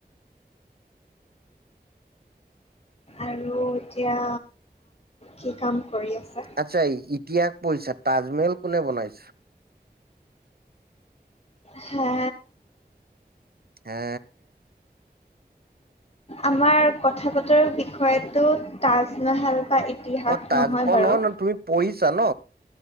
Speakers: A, on the left; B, on the right.
A: আৰু এতিয়া কি কাম কৰি আছা
B: আচ্ছা এই ইতিয়া পঢ়িছা তাজমহল কোনে বনাইছে?
A: হে!
B: হে!
A: আমাৰ কথা বতৰ বিষয়তটো তাজমহেল বা ইতিহাস
B: অ ত
A: নহয়
B: অ
A: বাৰু
B: নহ ন তুমি পঢ়িছা ন!